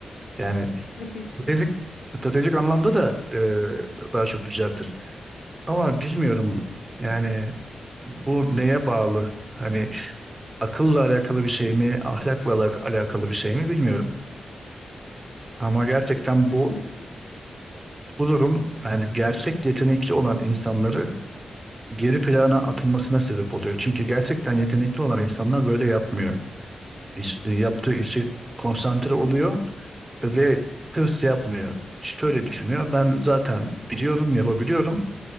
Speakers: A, on the right (about 15°); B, on the left (about 80°).
A: Yani
B: <laughs> tabii ki.
A: stratejik, stratejik anlamda da e, daha çok yüceltir. Ama bilmiyorum yani bu neye bağlı? Hani akılla alakalı bir şey mi, ahlakla alak- alakalı bir şey mi bilmiyorum. Ama gerçekten
B: Yani
A: bu bu durum yani gerçek yetenekli olan insanları geri plana atılmasına sebep oluyor. Çünkü gerçekten yetenekli olan insanlar böyle yapmıyor. İş, yaptığı işi konsantre oluyor ve hırs yapmıyor. Şöyle düşünüyor. Ben zaten biliyorum, yapabiliyorum.